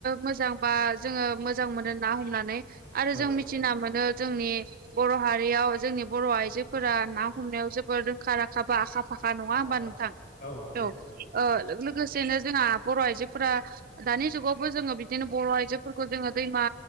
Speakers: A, on the right; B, on the left.
A: मोजां बा जोङो मोजां मोनो ना हमनानै आरो
B: औ
A: जों मिथिना मोनो जोंनि। बर हारियाव जोंनि बर आइजोफोरा ना हमनायाव जोबोर रोंखा राखा बा आखा फा नङा
B: आखा
A: होमबा
B: फाखा
A: नोंथां
B: नंगौ
A: औ
B: नोंथां नंगौ
A: लोगो लोगो लोगोसेनो जोंहा बर आइजोफोरा दानि जुगावबो जोङो बिदिनो बर आइजोफोरखौ। खौ जोङो दैमा